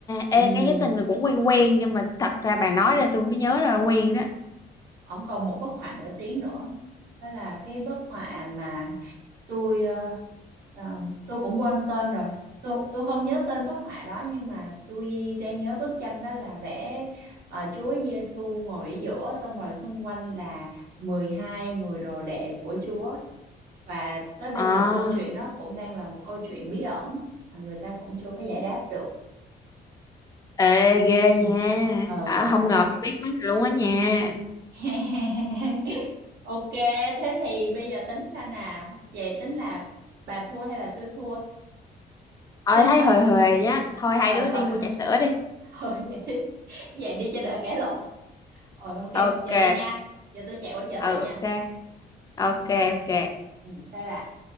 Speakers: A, on the left; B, on the right.
A: ê,
B: ừ
A: nghe cái tên này cũng quen quen nhưng mà thật ra bà nói ra tôi mới nhớ ra là quen đó.
B: ông còn một bức họa nổi tiếng nữa đó là cái bức họa mà tôi ờ, ờ, tôi cũng quên tên rồi tôi tôi không nhớ tên bức họa đó nhưng mà tôi đang nhớ bức tranh đó là vẽ ờ, Chúa Giêsu ngồi ở giữa xong rồi xung quanh là 12 người đồ đệ của Chúa và tới bây
A: À,
B: giờ câu chuyện nó cũng đang là một câu chuyện bí ẩn mà người ta cũng chưa có giải đáp được
A: ê, ghê
B: ừ,
A: nha.
B: Ờ,
A: À,
B: đấy
A: không ngờ biết mấy này luôn á nha.
B: <laughs> ok thế thì bây giờ tính sao nè vậy tính là bà thua hay là tôi thua
A: Ờ,
B: thế
A: thấy
B: thôi
A: hời hời á. Thôi hai
B: ờ
A: đứa
B: <laughs>
A: đi mua trà sữa đi.
B: ờ vậy đi vậy đi cho đỡ cãi lộn rồi ok
A: Ok,
B: giờ đây nha giờ tôi chạy qua chở bà
A: ừ
B: nha
A: ok, ok ok.
B: ừ bye bà